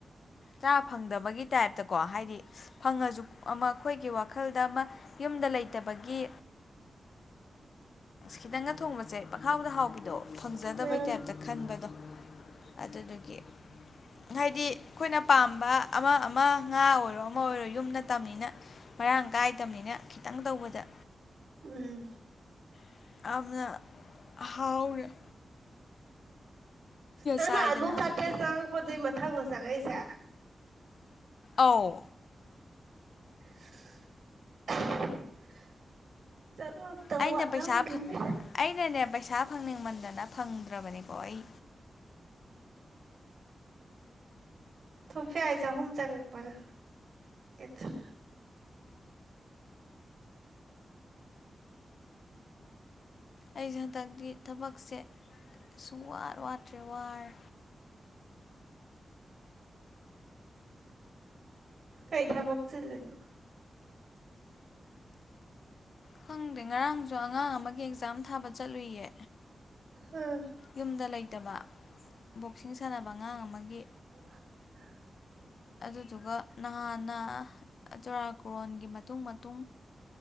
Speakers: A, on the left; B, on the right.
A: ꯆꯥ ꯐꯪꯗꯕꯒꯤ ꯇꯥꯏꯞꯇꯀꯣ ꯍꯥꯏꯗꯤ ꯐꯪꯉꯁꯨ ꯑꯃ ꯑꯩꯈꯣꯏꯒꯤ ꯋꯥꯈꯜꯗ ꯑꯃ ꯌꯨꯝꯗ ꯂꯩꯇꯕꯒꯤ ꯈꯤꯇꯪꯒ ꯊꯣꯡꯕꯁꯦ ꯄꯥꯛꯈꯥꯎꯗ ꯍꯥꯎꯕꯤꯗꯣ ꯐꯪꯖꯗꯕꯩ
B: ꯎꯝ
A: ꯇꯥꯏꯞꯇ ꯈꯟꯕꯗꯣ꯫ ꯑꯗꯨꯗꯨꯒꯤ꯫ ꯍꯥꯏꯗꯤ꯫ ꯑꯩꯈꯣꯏꯅ ꯄꯥꯝꯕ ꯑꯃ ꯑꯃ ꯉꯥ ꯑꯣꯏꯔꯣ ꯑꯃ ꯑꯣꯏꯔꯣ ꯌꯨꯝ ꯅꯠꯇꯝꯃꯤꯅ ꯃꯔꯥꯡ ꯀꯥꯏꯗꯃꯤꯅ ꯈꯤꯇꯪ ꯇꯧꯕꯗ
B: ꯎꯝ
A: <unintelligible> ꯍꯥꯎꯔꯦ꯫
B: ꯑꯗꯨꯅ
A: ꯆꯥꯏꯗꯅ
B: ꯑꯗꯨꯝ ꯆꯥꯇꯔꯦꯠ ꯆꯥ <unintelligible> ꯑꯣ ꯗꯨꯏ ꯃꯊꯪꯂꯣ ꯆꯪꯉꯛꯏꯖꯦ꯫
A: ꯑꯥꯎ꯫
B: <unintelligible> ꯆꯉꯛꯇꯧ
A: ꯑꯩꯅ
B: ꯋꯥꯠꯂꯝꯒꯤꯅꯤ꯫
A: ꯄꯩꯁꯥ ꯐꯪ ꯑꯩꯅꯅꯦ ꯄꯩꯁꯥ ꯐꯪꯅꯤꯡꯃꯟꯗꯅ ꯐꯪꯗ꯭ꯔꯕꯅꯤꯀꯣ ꯑꯩ꯫
B: ꯁꯣꯐꯤꯌꯥꯏ ꯆꯍꯨꯝꯆ ꯂꯪꯉꯛꯄꯅꯤ꯫ <unintelligible> <unintelligible>
A: ꯑꯩꯁꯦ ꯍꯟꯗꯛꯇꯤ ꯊꯕꯛꯁꯦ ꯁꯨꯡꯋꯥꯠ ꯋꯥꯠꯇ꯭ꯔꯦ ꯋꯥꯔꯦ꯫
B: ꯀꯩ ꯊꯥꯕꯛꯆꯤꯜꯂꯤꯅꯣ꯫
A: ꯈꯪꯗꯦ ꯉꯔꯥꯡꯁꯨ ꯑꯉꯥꯡ ꯑꯃꯒꯤ ꯑꯦꯛꯖꯥꯝ ꯊꯥꯕ ꯆꯠꯂꯨꯏꯌꯦ꯫
B: ꯍ
A: ꯌꯨꯝꯗ ꯂꯩꯇꯕ ꯕꯣꯛꯁꯤꯡ ꯁꯥꯟꯅꯕ ꯑꯉꯥꯡ ꯑꯃꯒꯤ
B: <inaudible>
A: ꯑꯗꯨꯗꯨꯒ ꯅꯍꯥꯟꯅ ꯆꯨꯔꯥꯀꯣꯔꯣꯟꯒꯤ ꯃꯇꯨꯡ-ꯃꯇꯨꯡ